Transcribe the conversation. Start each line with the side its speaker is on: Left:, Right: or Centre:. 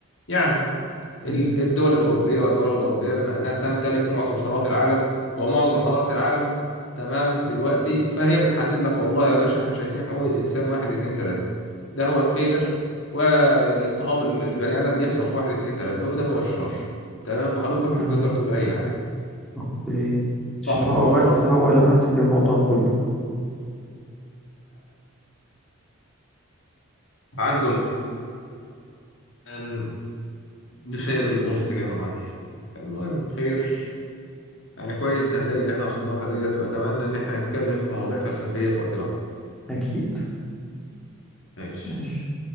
Left: يعني ال-
Centre: مم.
Left: الدول الأوروبية والدول الغربية بما أنها تمتلك معظم ثروات العالم ومعظم حضارة العالم تمام دلوقتي فهي بتحدد لك والله يا باشا احنا شايفين حقوق الإنسان واحد اتنين تلاتة ده هو الخير والاضطهاد ال- البني آدم بيحصل في واحد اتنين تلاتة وده هو الشر تمام وحضرتك مش
Centre: اه
Left: بتقدر تقول أي حاجة
Centre: أوكي
Left: صح
Centre: عشان
Left: ولا
Centre: هو
Left: أنا غلطان
Centre: بس هو اللي ماسك الموضوع كله
Left: عندهم أن يسير الأمور في اتجاه معين المهم خير يعني كويس نتائج اللي احنا وصلنا لها ديت وأتمنى إن احنا نتكلم في مواضيع فلسفية في وقت لاحق
Centre: أكيد
Left: ماشي
Centre: ماشي